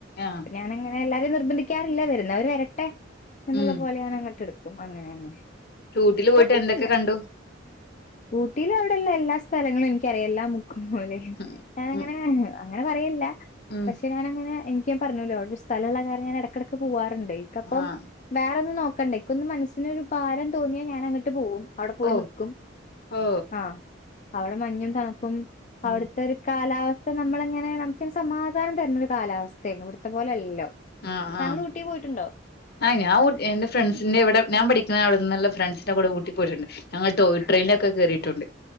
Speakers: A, on the left (about 60°); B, on the left (about 40°).
A: ആ
B: ഞാനങ്ങന എല്ലാരും നിർബന്ധിക്കാറില്ല വരുന്നവർ വരട്ടെ എന്നുള്ള
A: ഉം
B: പോലെ ഞാൻ അങ്ങോട്ട്ടുക്കും ക്കുമ്പൊ അങ്ങനെ അങ്ങനെ
A: ഊട്ടില് പോയിട്ട്
B: കൊഴ്പ്പൊന്നില്ല
A: എന്തൊക്കെ കണ്ടു
B: ഊട്ടീല് അവിടെല്ലെല്ലാ സ്ഥലങ്ങൾ എനിക്കറിയെല്ലാം ലെ
A: ഉം
B: ഞാനങ്ങനെ
A: ഉം
B: ഏ അങ്ങനെ പറയല്ല
A: ഉം
B: പക്ഷെ ഞാനങ്ങനെ എനിക്ക് ഞാൻ പറഞ്ഞൂല്ലോ അവ്ടൊരു സ്ഥലള്ള കാര്യ ഞാൻ ഇടക്കെടക്ക് പോവാ റുണ്ട് ഇൻക്കപ്പം
A: ആഹ്
B: വേറൊന്നും നോ ക്കണ്ട ൻക്കൊന്ന് മനസ്സിനൊരു ഭാരം തോന്നിയാ ഞാൻ അങ്ങട്ട് പോവും അവിടെ പോയി
A: ഓ
B: നിക്കും
A: ഓ
B: ആഹ് അവിടെ മഞ്ഞും തണുപ്പും
A: ഉം
B: അവിടുത്തെ ഒരു കാലാവസ്ഥ സ്ഥ നമ്മളെങ്ങനെ നമുക്കൊരു സമാധാനം തരുന്ന ഒരു കാലാവസ്ഥയാണ് ഇവിടുത്തെ പോലെയല്ലല്ലോ
A: ആ
B: താങ്കൾ
A: ആഹ്
B: ഊട്ടി പോയിട്ടുണ്ടോ
A: ആ ഞാൻ ഊ എന്റെ ഫ്രണ്ട്സിന്റെ ഇവിടെ ഞാൻ പഠിക്ക്ണ നല്ല ഫ്രണ്ട്സിനെ കൂടെ ഊട്ടി പോയിട്ടുണ്ട് ഞങ്ങൾ ടോയ്
B: ഹാ
A: ട്രെയിനിലൊക്കെ കേറിയിട്ടുണ്ട്